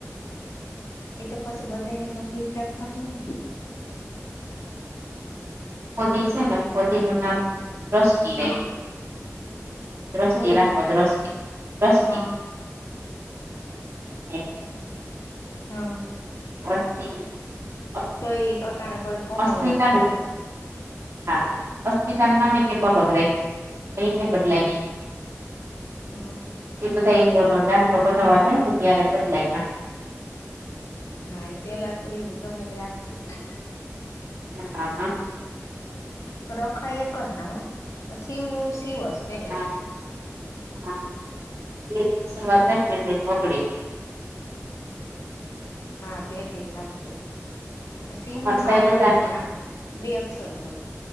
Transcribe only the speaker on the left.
એ તો પછી બધાને ગમી જ રાખવાનું હોયને
હા
હું રેખું
હા
હ.
તો એ કટાણ કોઈ કોમલ
લાગશે તો
હા.
હા એ પેલા ત એ ગમે રાખી
રખાય એક જ નામ હ શીવ શીવ પેલેથી
હા બે બે રાખીએ શિવિવનું
હા
ઓલું
પણ આમ બે અક્ષર ન જ